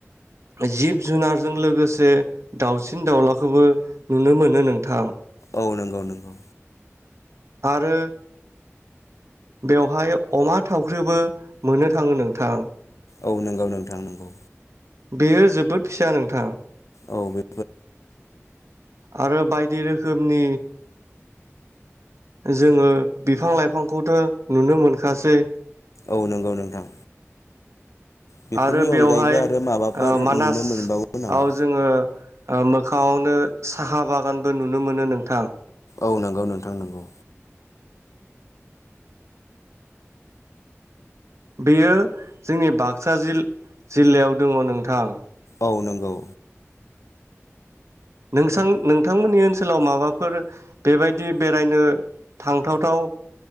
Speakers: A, on the right; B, on the left.
A: जिब जुनारजों लोगोसे दाउसिन दाउलाखौबो नुनो मोनो नोंथां।
B: औ नोंगौ नोंगौ
A: आरो बेवहाय अमा थावख्रिबो मोननो थाङो नोंथां।
B: औ नोंगौ नोंथां नोंगौ
A: बेयो जोबोद फिसा नोंथां
B: औ बे
A: आरो बायदि रोखोमनि जोङो बिफां लाइफांखौथ' नुनो मोनखासै।
B: औ नोंगौ नोंथां बेफोरनि
A: आरो बेवहाय
B: अनगायैबो आरो
A: ओ
B: माबाफोर
A: मानास
B: नुनो मोनबावो नामा?
A: आव जोङो ओ मोख खांआवनो साहा बागानबो नुनो मोनो नोंथां।
B: औ नोंगौ नोंथां नोंगौ।
A: बेयो जोंनि बाक्सा जिल-जिल्लायाव दङ नोंथां।
B: औ नोंगौ।
A: नोंसां नोंथांमोननि ओनसोलाव माबाफोर बेबायदि बेरायनो थांथावथाव